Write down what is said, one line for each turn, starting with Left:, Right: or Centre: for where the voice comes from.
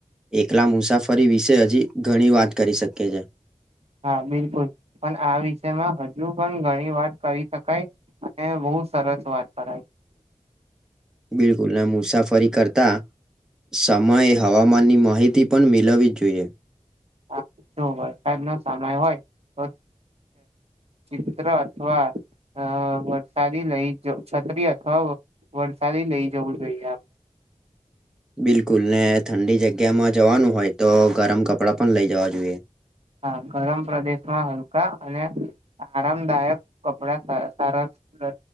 Centre: એકલા મુસાફરી વિશે હજી ઘણી વાત કરી શકીએ છે
Right: હા બિલકુલ પણ આ વિષયમાં હજુ પણ ઘણી વાત કરી શકાય અને બહુ સરસ વાત કરાય
Centre: બિલકુલ ના મુસાફરી કરતા સમયે હવામાનની માહિતી પણ મેલાવવી જોઈએ
Right: હા વરસાદ નો સમય હોય તો ચિત્ર અથવા અ વરસાદી લઈ છત્રી અથવા વરસાદી લઈ જવું જોઈએ આપ
Centre: બિલકુલ ને ઠંડી જગ્યામાં જવાનું હોય તો ગરમ કપડાં પણ લઇ જવા જોઈએ
Right: હા ગરમ પ્રદેશમાં હલકા અને આરામદાયક કપડા સરસ રહે